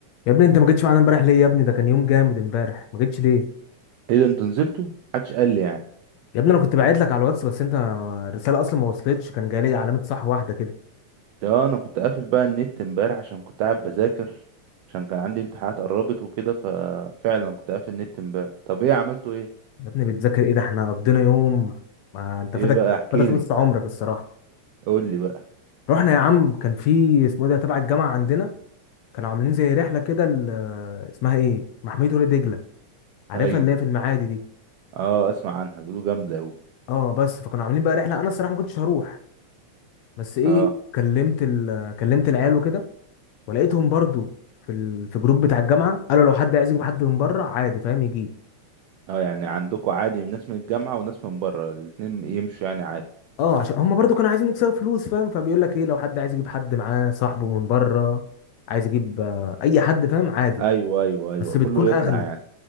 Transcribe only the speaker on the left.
يا ابني انت ما جيتش معانا امبارح ليه يا ابني ده كان يوم جامد امبارح ما جيتش ليه
يا ابني انا كنت باعت لك على الواتس بس انت ما- الرساله اصلا ما وصلتش كان جاي لي علامه صح واحده كده
يا ابني بتذاكر ايه ده احنا قضينا يوم ما انت
فاتك
فاتك
نص عمرك الصراحه
رحنا يا عم كان في اسمه ايه ده تبع الجامعه عندنا كانوا عاملين زي رحله كده ال- اسمها ايه محميه وادي دجله عارفها
اللي هي في المعادي دي
اه بس فكانوا عاملين بقى رحله انا الصراحه ما كنتش هروح بس ايه
كلمت ال... كلمت العيال وكده ولقيتهم برضو في ال... في جروب بتاع الجامعه قالوا لو حد عايز يجيب حد من بره عادي فاهم يجيب
اه عشان هم برضو كانوا عايزين يكسبوا فلوس فاهم فبيقول لك ايه لو حد عايز يجيب حد معاه صاحبه من بره عايز يجيب آه، اي حد فاهم عادي
بس
بتكون
اغلى